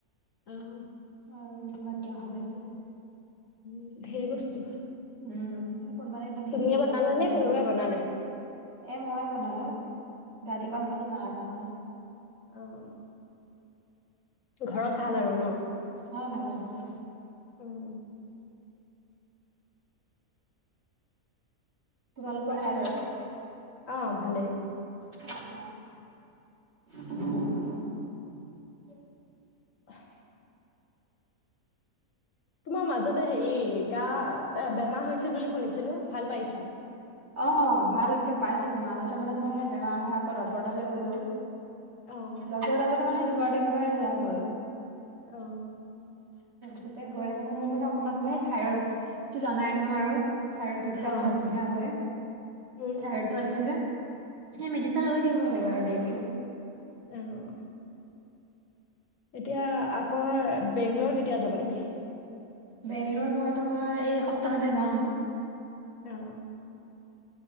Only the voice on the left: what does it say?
অঁ হু
উম্‌- ধেৰ বস্তু।
তুমিয়ে
বনালা
নে কোনোবাই
বনালে?
অ' অ' ঘৰত ভাল আৰু ন?
উম্‌ উম্‌।
আ'- ভালেই।
উম,
<inaudible> তোমাৰ মাজতে হেৰি- গা- বেমাৰ হৈছিল বুলি শুনিছিলোঁ। ভাল পাইছা?
অ',
অ'
অ',
উম, উম,
অহ এতিয়া আকৌ বেংলৰ কেতিয়া যাবা তুমি?
অ অ